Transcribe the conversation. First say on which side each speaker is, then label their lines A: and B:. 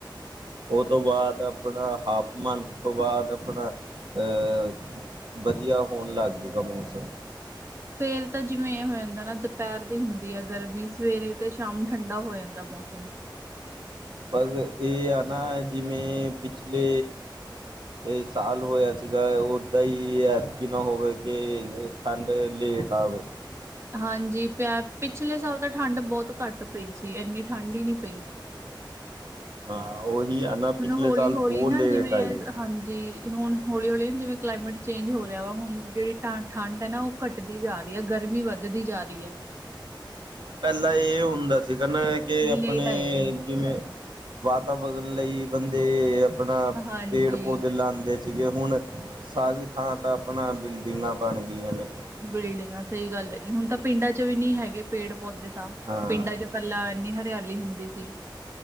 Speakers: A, on the right; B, on the right.
A: ਉਹ ਤੋਂ ਬਾਅਦ ਆਪਣਾ ਹਾਫ ਮੰਥ ਤੋਂ ਬਾਅਦ ਆਪਣਾ ਅਹ ਵਧੀਆ ਹੋਣ ਲੱਗ ਜੂਗਾ ਮੌਸਮ।
B: ਫੇਰ ਤਾਂ ਜਿਵੇਂ ਇਹ ਹੋ ਜਾਂਦਾ ਨਾ ਦੁਪਹਿਰ ਦੀ ਹੁੰਦੀ ਆ ਗਰਮੀ ਸਵੇਰੇ ਤੇ ਸ਼ਾਮ ਨੂੰ ਠੰਡਾ ਹੋ ਜਾਂਦਾ ਹੈ ਮੌਸਮ
A: ਬਸ ਇਹ ਆ ਨਾ ਜਿਵੇਂ ਪਿੱਛਲੇ ਇਹ ਸਾਲ ਹੋਇਆ ਸੀਗਾ ਓਦਾਂ ਹੀ ਐਤਕੀ ਨਾ ਹੋਵੇ ਕੇ ਠੰਡ ਲੇਟ ਆਵੇ
B: ਹਾਂਜੀ ਪਿਆ ਪਿਛਲੇ ਸਾਲ ਤਾਂ ਠੰਡ ਬਹੁਤ ਘੱਟ ਪਈ ਸੀ ਇੰਨੀ ਠੰਢ ਹੀ ਨਹੀਂ ਪਈ।
A: ਹਾਂ, ਉਹੀ ਆ ਨਾ
B: ਹੁਣ
A: ਪਿਛਲੇ
B: ਹੌਲੀ
A: ਸਾਲ
B: ਹੌਲੀ
A: ਬਹੁਤ
B: ਨਾ
A: ਲੇਟ
B: ਜਿਵੇਂ
A: ਆਈ ਹੈ
B: ਹਾਂਜੀ, ਹੁਣ ਹੌਲੀ-ਹੌਲੀ ਜਿਵੇਂ ਕਲਾਈਮੇਟ ਚੇਂਜ ਹੋ ਰਿਹਾ ਵਾ ਹੁਣ ਜਿਹੜੀ ਠੰਢ ਹੈ ਨਾ ਉਹ ਘੱਟਦੀ ਜਾ ਰਹੀ, ਐ ਗਰਮੀ ਵਧ ਵਧਧੀ ਜਾ ਰਹੀ ਐ।
A: ਪਹਿਲਾਂ ਇਹ ਹੁੰਦਾ ਸੀਗਾ ਨਾ ਕੇ ਅਪਣੇ
B: ਲੇਟ ਆਏਗੀ
A: ਜਿਵੇਂ ਵਾਤਾਵਰਨ ਲਈ ਬੰਦੇ ਆਪਣਾ,
B: ਹਾਂਜੀ
A: ਪੇੜ ਪੌਦੇ ਲਾਂਦੇ ਸੀ। ਹੁਣ ਸਾਰੀ ਥਾਂ ਤਾਂ ਆਪਣਾ ਬਿਲਡਿੰਗਾਂ ਬਣ ਗਈਆਂ ਨੇ,
B: ਬਿਲਡਿੰਗਾਂ, ਸਹੀ ਗੱਲ ਹੈ ਜੀ ਹੁਣ ਤਾਂ ਪਿੰਡਾਂ ਚ ਵੀ ਨੀ ਹੈਗੇ ਪੇੜ ਪੌਦੇ ਤਾਂ
A: ਹਾਂ
B: ਪਿੰਡਾਂ ਚ' ਪਹਿਲਾਂ ਇੰਨੀ ਹਰਿਆਲੀ ਹੁੰਦੀ ਸੀ।